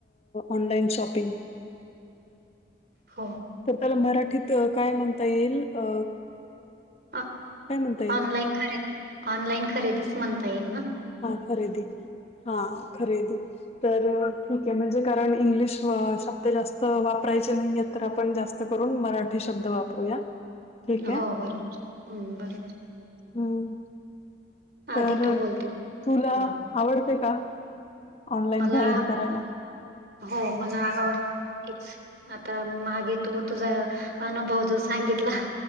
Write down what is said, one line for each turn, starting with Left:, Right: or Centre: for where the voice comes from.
Left: ऑनलाईन शॉपिंग.
Right: हो.
Left: तर त्याला मराठीत काय म्हणता येईल? अ
Right: अ
Left: काय म्हणता येईल?
Right: ऑनलाईन खरेदी, ऑनलाईन खरेदीच म्हणता येईल ना?
Left: हा खरेदी, हा खरेदी, तर ठीके म्हणजे, कारण इंग्लिश शब्द जास्त वापरायचे नाहीयेत, तर आपण जास्त करून मराठी शब्द वापरूया. ठीक
Right: हो
Left: आहे.
Right: बरोबर, हं बरोबर.
Left: हम! तर
Right: आधी तू बोलते
Left: तुला
Right: हम्म.
Left: आवडतय का? ऑनलाईन
Right: मला
Left: खरेदी करायला?
Right: हो मला आवडत, आता मागे हो, तू तुझा अनुभव जो सांगितला